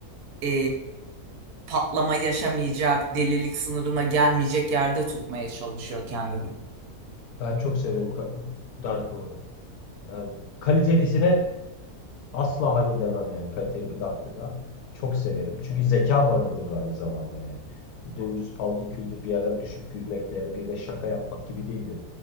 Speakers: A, on the right; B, on the left.
A: e, patlama yaşamayacak, delilik sınırına gelmeyecek yerde tutmaya çalışıyor kendini.
B: Ben çok severim Ka- Dark Humor'u. Ben kalitelisine asla hayır demem yani kaliteli bir Dark'lığa. Çok severim. Çünkü zeka barındırır aynı zamanda yani. Dümdüz paldır küldür bir yerden düşüp gülmekle ya da birine şaka yapmak gibi değildir.